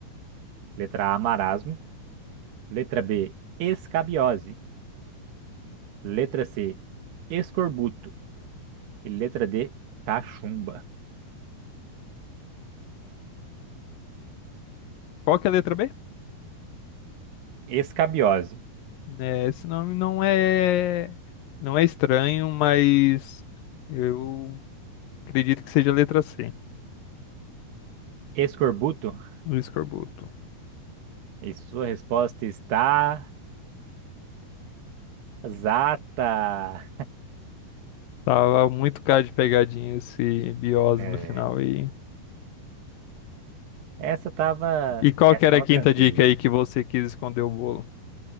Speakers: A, on the right; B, on the left.
A: Letra A, marasmo. Letra B, escabiose. Letra C, escorbuto. E letra D, cachumba.
B: Qual que é a letra B?
A: Escabiose.
B: É, esse nome não é não é estranho, mas eu acredito que seja a letra C,
A: Escorbuto.
B: do escorbuto.
A: E sua resposta está exata.
B: Tava muito cara de pegadinha esse biose
A: É,
B: no final aí.
A: essa tava,
B: E qual
A: essa
B: que era
A: tava
B: a quinta
A: tranquila.
B: dica aí que você quis esconder o bolo?